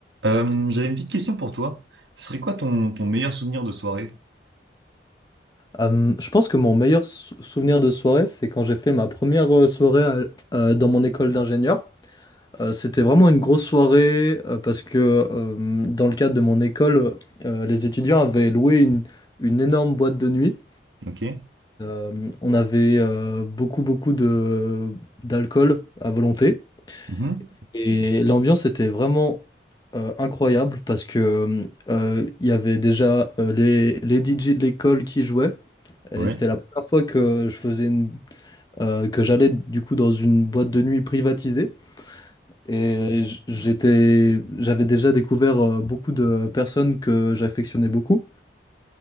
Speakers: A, on the right (about 80°); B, on the left (about 20°).
A: Euh, j'avais une petite question pour toi. Ce serait quoi ton, ton meilleur souvenir de soirée?
B: Euh, je pense que mon meilleur sou- souvenir de soirée, c'est quand j'ai fait ma première euh, soirée à- euh, dans mon école d'ingénieur. Euh, c'était vraiment une grosse soirée euh, parce que euh, dans le cadre de mon école, euh, les étudiants avaient loué une, une énorme boîte de nuit.
A: Ok.
B: Euh, on avait euh, beaucoup, beaucoup de, d'alcool à volonté.
A: Mhm.
B: Et l'ambiance était vraiment euh, incroyable parce que hum, euh, il y avait déjà euh, les, les DJ de l'école qui jouaient. Et
A: Ouais.
B: c'était la première fois que je faisais une, euh, que j'allais du coup dans une boîte de nuit privatisée. Et j- j'étais, j'avais déjà découvert euh, beaucoup de personnes que j'affectionnais beaucoup.